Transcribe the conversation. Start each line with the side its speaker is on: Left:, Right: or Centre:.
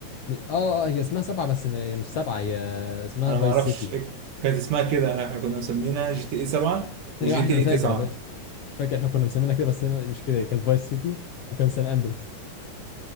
Left: م- اه اه هي اسمها سبعه بس ما... هي مش سبعه هي اسمها
Right: انا
Left: فايس
Right: ما اعرفش
Left: سيتي
Right: إيه كانت اسمها كده انا احنا كنا مسمينها جي تي اي 7 وجي
Left: ايوه احنا
Right: تي
Left: أنا
Right: اي
Left: فاكر
Right: 9
Left: فاكر احنا كنا مسمينها كده بس هي مش كده هي كانت فايس سيتي وكان سان اندريس